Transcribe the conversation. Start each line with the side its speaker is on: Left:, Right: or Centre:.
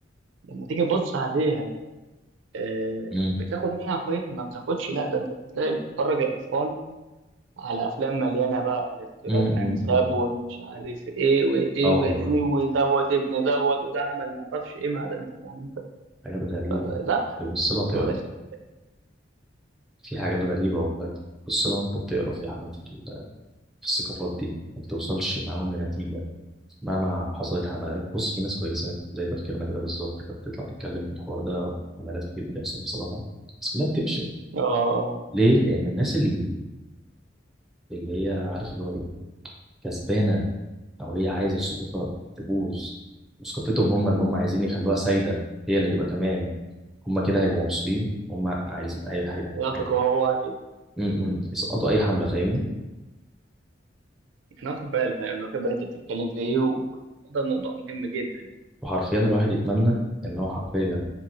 Right: لما تيجي تبص عليها آه،
Centre: امم
Right: بتاخد منها قيم ما بتاخدش لا ده انت بتلاقي بتتفرج الأطفال على أفلام مليانة بقى لاختلاط
Centre: امم
Right: أنساب ومش عارف إيه وإيه
Centre: اه والله
Right: وإيه ودوت ابن دوت وده عمل ما أعرفش إيه مع ده أنت فاهم أنت
Centre: حاجات غريبة
Right: فلا
Centre: تبص لها تقرا
Right: ده رخم
Centre: في حاجات غريبة والله تبص لها وأنت بتقرا في أحمد في ال- في الثقافات دي ما بتوصلش معاهم لنتيجة مهما حصلت حملات بص في ناس كويسة زي تفكيرنا كده بالظبط كانت بتطلع تتكلم في الحوار ده وحملات كتير بتحصل بصراحة بس كلها بتفشل
Right: آه
Centre: ليه؟ لأن الناس اللي اللي هي عارف اللي هو ايه كسبانه او هي عايزه السلطه تبوظ وثقافتهم هم اللي هم عايزين يخلوها سايده هي اللي تبقى تمام هم كده هيبقوا مبسوطين هم عايزين هي... هي...
Right: يطغى
Centre: هي...
Right: هو عليك
Centre: م- م. يسقطوا اي حمله فاهمني
Right: انا واخد بالي انا واخد بالي انت بتتكلم في ايه وده موضوع مهم جدا يعني.
Centre: وحرفيا الواحد يتمنى ان هو حرفيا